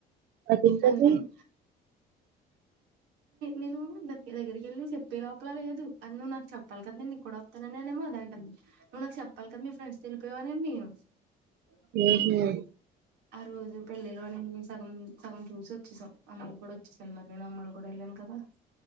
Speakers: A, on the right (about 70°); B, on the right (about 85°).
A: అదేం కర్రీ
B: అందుకని నేను దానికి దగ్గరికి వెళ్ళి చెప్పేలా చెప్పలేదు అ నవ్వు నాకు చెప్పిదా నంీ ఇ కూడాడ వస్తాననేమో అదంటం నవ్వు నాకు చెప్పి కదా మీ ఫ్రెండ్స్ తెలిపోయేవ <unintelligible> అ <unintelligible>
A: ఉ <unintelligible>
B: ఆ రోజు పెళ్ళిలో అని సగం సగం చూసి వచ్చేసాం అమ్మకి కూడా వచ్చేసాను మరి నేను అమ్మలు కూడా వెళ్ళ కదా